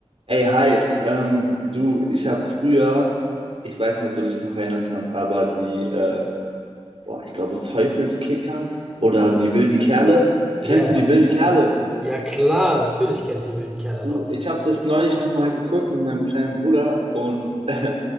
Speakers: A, on the right; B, in the centre.
A: Ey, hi, ähm, du, ich habe früher, ich weiß nicht, ob du dich noch erinnern kannst, aber die, äh, boah, ich glaube, Teufelskickers oder die wilden Kerle. Kennst
B: Ja,
A: du die wilden Kerle?
B: ja klar, natürlich kenne ich die wilden Kerle
A: Du,
B: noch.
A: ich habe das neulich nochmal geguckt mit meinem kleinen Bruder und <laughs> äh,